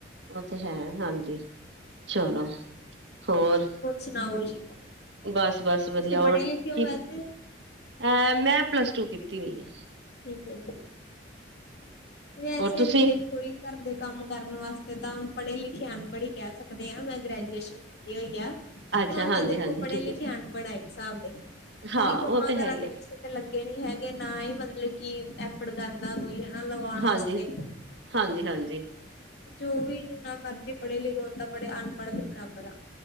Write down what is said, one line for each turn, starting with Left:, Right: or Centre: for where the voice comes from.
Right: ਉਹ ਤੇ ਹੈ, ਹਾਂਜੀ। ਚਲੋ, ਹੋਰ
Left: ਸੁਣਾਓ ਜੀ
Right: ਬਸ ਬਸ
Left: ਤੁਸੀਂ
Right: ਵਧੀਆ, ਹੋਰ
Left: ਪੜ੍ਹੇ ਲਿਖੇ
Right: ਕੀ
Left: ਹੋ ਵੈਸੇ
Right: ਅਹ ਮੈਂ ਪਲੱਸ ਟੂ ਕੀਤੀ ਹੋਈ ਏ?
Left: ਠੀਕ ਹੈ ਜੀ, ਵੈਸੇ
Right: ਹੋਰ ਤੁਸੀਂ
Left: ਵੀ ਦੇਖੋ, ਕਿ ਘਰ ਦੇ ਕੰਮ, ਕਰਨ ਵਾਸਤੇ ਤਾਂ ਪੜ੍ਹੇ ਲਿਖੇ, ਅਨਪੜ੍ਹ ਹੀ ਕਹਿ ਸਕਦੇ। ਮੈਂ ਗ੍ਰਜੂਏਸ਼ਨ ਕੀਤੀ ਹੋਈ ਆ,
Right: ਅੱਛਾ
Left: ਹੁਣ
Right: ਹਾਂਜੀ-ਹਾਂਜੀ
Left: ਤਾਂ ਦੇਖੋ ਪੜ੍ਹੇ
Right: ਠੀਕ
Left: ਲਿਖੇ
Right: ਹੈ
Left: ਅਨਪੜ੍ਹ, ਆ ਇੱਕ ਹਿਸਾਬ ਦੇ। ਕਿਉਂਕਿ
Right: ਹਾਂ
Left: ਕੰਮਾਂ
Right: ਉਹ
Left: ਕਾਂਰਾਂ
Right: ਹੈ ਹੀ
Left: ਤੇ
Right: ਹੈ
Left: ਕਿਸੇ ਤੇ ਲੱਗੇ ਨੀ ਹੈਗੇ, ਨਾ ਹੀ ਮਤਲਬ ਕਿ ਐਫਰਡ ਕਰਦਾ ਕੋਈ ਹਨਾ। ਲਵਾਉਣ ਵਾਸਤੇ?
Right: ਹਾਂਜੀ ਹਾਂਜੀ-ਹਾਂਜੀ
Left: ਜੋ ਵੀ ਜਿੰਨਾ ਮਰਜ਼ੀ ਪੜ੍ਹੇ ਲਿਖੇ, ਹੁਣ ਤਾਂ ਅਨਪੜ ਦੇ ਬਰਾਬਰ ਆ,